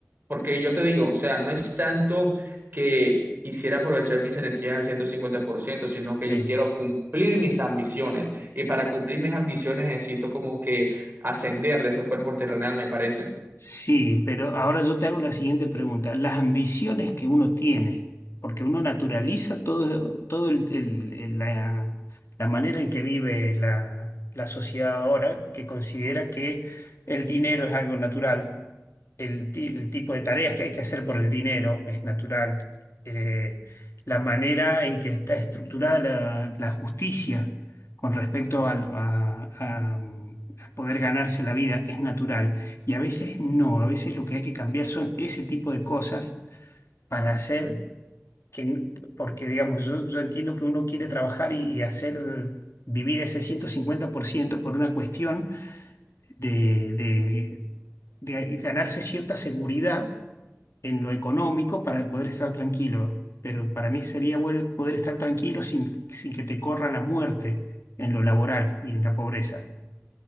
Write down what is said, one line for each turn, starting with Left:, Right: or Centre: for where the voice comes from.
Right: Porque yo te digo, o sea, no es tanto que quisiera aprovechar mis energías al 150% sino
Left: sí.
Right: que yo quiero cumplir mis ambiciones. Y para cumplir mis ambiciones necesito como que ascender de ese cuerpo terrenal, me parece.
Left: Sí, pero ahora yo te hago la siguiente pregunta. Las ambiciones que uno tiene, porque uno naturaliza todo, todo el- el- el- la, la manera en que vive la, la sociedad ahora, que considera que el dinero es algo natural el, ti- el tipo de tareas que hay que hacer por el dinero es natural. Eh, la manera en que está estructurada la, la justicia con respecto al- a, a- mm, a poder ganarse la vida es natural. Y a veces no, a veces lo que hay que cambiar son ese tipo de cosas para hacer que, n- porque digamos, yo, yo entiendo que uno quiere trabajar y, y hacer... vivir ese 150% por ciento por una cuestión de, de de ganarse cierta seguridad en lo económico para poder estar tranquilo. Pero para mí sería bueno poder estar tranquilo sin, sin que te corra la muerte en lo laboral y en la pobreza.